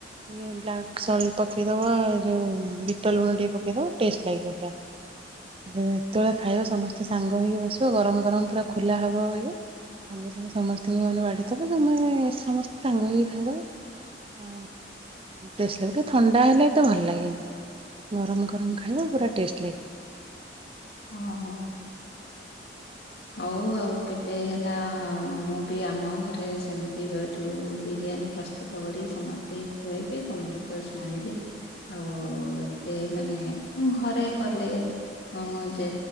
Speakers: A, on the right; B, on the left.
A: ଇଏ ବ୍ଲାକ୍ ସଲ୍ଟ ପକେଇଦବ ଏ ଯୋଉ ବିଟ ଲୁଣ ଟିକେ ପକେଇଦବ ଟେଷ୍ଟ ଲାଗିବ ପୁରା। ଯେତେବେଳେ ଖାଇବ ସମସ୍ତେ ସାଙ୍ଗ ହେଇକି ବସିବ ଗରମ ଗରମ ପୁରା ଖୋଲା ହବ ଇଏ ସାଙ୍ଗେ ସାଙ୍ଗେ ସମସ୍ତଙ୍କି ମାନେ ବା଼ଢିଦବ ଯେ ମାନେ ସେ ସମସ୍ତେ ସାଙ୍ଗ ହେଇକି ଖାଇଦବ। ଟେଷ୍ଟ ଲାଗ ଟିକେ ଥଣ୍ଡା ହେଲେ ଏତେ ଭଲ ଲାଗେନି। ଗରମ ଗରମ ଖାଇବ ପୁରା ଟେଷ୍ଟ ଲାଗିବ।
B: ଓହୋ। ହଉ ଆଉ କେବେ ହେଲା ମୁଁ ବି ଆମ ଘରେ ସେମିତି ଯୋଉ ବିରିୟାନୀ ପ୍ରସ୍ତୁ ସ୍ତୁତ କରିବି ସମସ୍ତୀଙ୍କୁ ଖୁଆଇବି ତମଠୁ ତ ଶୁଣିଲି ଆଉ ଏତେ ମାନେ ଘରେ କଲେ ହଁ ଯେ